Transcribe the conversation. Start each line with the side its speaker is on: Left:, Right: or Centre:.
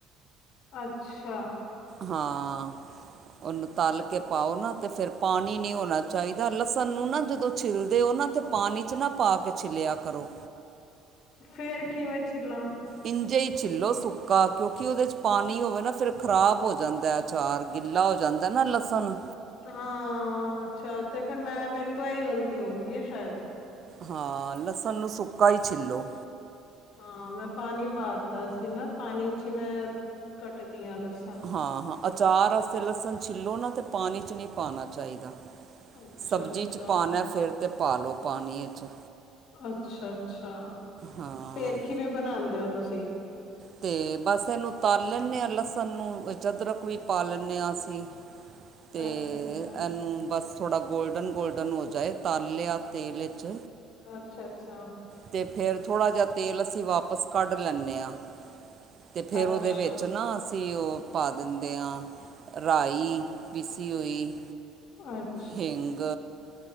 Left: ਅੱਛਾ!
Right: ਹਾਂ। ਉਹਨੂੰ ਤਲ ਕੇ ਪਾਓ ਨਾ, ਤੇ ਫਿਰ ਪਾਣੀ ਨੀ ਹੋਣਾ ਚਾਹੀਦਾ, ਲਸਣ ਨੂੰ ਨਾ ਜਦੋਂ ਛਿੱਲਦੇ ਹੋ, ਨਾ ਤੇ ਪਾਣੀ ਚ ਨਾ ਪਾ ਕੇ ਛਿੱਲਿਆ ਕਰੋ।
Left: ਫੇਰ ਕਿਵੇਂ ਛਿੱਲਾਂ?
Right: ਇੰਝੇ ਹੀ ਛਿੱਲੋ ਸੁੱਕਾ ਕਿਉਂਕਿ ਉਹਦੇ ਚ ਪਾਣੀ ਹੋਵੇ ਨਾ, ਫਿਰ ਖ਼ਰਾਬ ਹੋ ਜਾਂਦਾ ਅਚਾਰ, ਗਿੱਲਾ ਹੋ ਜਾਂਦਾ ਨਾ ਲਸਣ
Left: ਹਾਂ ਅੱਛਾ, ਤੇ ਫਿਰ ਮੈਂ ਮੇਰੇ ਤੋਂ ਏਹੀ ਗ਼ਲਤੀ ਹੋ ਗਈ, ਸ਼ਾਇਦ
Right: ਹਾਂ, ਲਸਣ ਨੂੰ ਸੁਕਾ ਹੀ ਛਿੱਲੋ।
Left: ਹਾਂ, ਮੈਂ ਪਾਣੀ ਪਾਤਾ ਸੀ ਨਾ ਪਾਣੀ ਚ ਹੀ ਮੈਂ ਕੱਟਦੀ ਹਾਂ ਲੱਸਣ।
Right: ਹਾਂ-ਹਾਂ, ਅਚਾਰ ਵਸਤੇ ਲਸਣ ਛਿੱਲੋ ਨਾ, ਤੇ ਪਾਣੀ ਚ ਨੀ ਪਾਉਣਾ ਚਾਹੀਦਾ।
Left: ਅੱਛਾ
Right: ਸਬਜ਼ੀ
Left: ਅੱਛਾ
Right: ਚ ਪਾਉਣਾ ਫਿਰ ਤੇ ਪਾ ਲਓ ਪਾਣੀ ਇ ਚ।
Left: ਅੱਛਾ-ਅੱਛਾ,
Right: ਹਾਂ
Left: ਫੇਰ ਕਿਵੇਂ ਬਣਾਉਂਦੇ ਹੋ ਤੁਸੀਂ?
Right: ਤੇ ਬਸ ਇਹਨੂੰ ਤਲ ਲੈਂਦੇ ਹਾਂ ਲਸਣ ਨੂੰ, ਅਦਰਕ ਵੀ ਪਾ ਲੈਂਦੇ ਹਾਂ, ਅਸੀਂ। <inaudible> ਤੇ
Left: ਅੱਛਾ ਅੱਛਾ
Right: ਇਹਨੂੰ ਬਸ ਥੋੜ੍ਹਾ ਗੋਲਡਨ-ਗੋਲਡਨ ਹੋ ਜਾਏ, ਤਲ ਲਿਆ ਤੇਲ ਇਚ
Left: ਅੱਛਾ-ਅੱਛਾ।
Right: ਤੇ ਫਿਰ ਥੋੜ੍ਹਾ ਜਿਹਾ ਤੇਲ ਅਸੀਂ ਵਾਪਸ ਕੱਢ ਲੈਂਦੇ ਹਾਂ। ਤੇ ਫਿਰ
Left: ਅੱਛਾ
Right: ਉਹਦੇ ਵਿੱਚ ਨਾ ਅਸੀਂ ਉਹ ਪਾ ਦਿੰਦੇ ਹਾਂ, ਰਾਈ ਪੀਸੀ ਹੋਈ।
Left: <inaudible>
Right: ਹਿੰਗ।